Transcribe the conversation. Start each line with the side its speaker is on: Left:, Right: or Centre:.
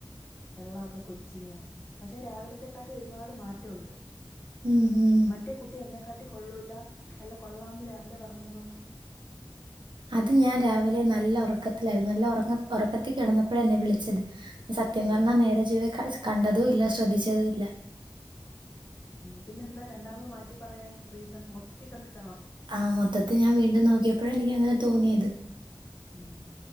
Left: വെള്ളമൊക്കെ കുടിച്ച് ഇങ്ങനെ പക്ഷെ രാവിലത്തെക്കാട്ടി ഒരുപാട് മാറ്റമുണ്ട്
Right: ഉം ഉം
Left: മറ്റേ കുട്ടി എന്നെക്കാ- ട്ടികൊള്ളൂല അല്ല കൊള്ളാമന്ന് രാവിലെ പറഞ്ഞതോ
Right: അത് ഞാൻ രാവിലെ നല്ല ഉറക്കത്തിലായിരുന്നു നല്ല ഉറ ഉറക്കത്തി കിടന്നപ്പോഴ എന്നെ വിളിച്ചത് സത്യം
Left: ഓ
Right: പറഞ്ഞാൽ നേര ചെവ്വെ കണ്ടതും ഇല്ല ശ്രദ്ധിച്ചതും ഇല്ല
Left: ഉം പിന്നെന്താ രണ്ടാമത് മാറ്റി പറയാൻ റീസൺ മൊത്തത്തിൽ കണ്ടിട്ട്
Right: ആ മൊത്തത്തി ഞാൻ വീണ്ടും നോക്കിയപ്പോഴ എനിക്ക് അങ്ങനെ തോന്നിയത്
Left: ഉം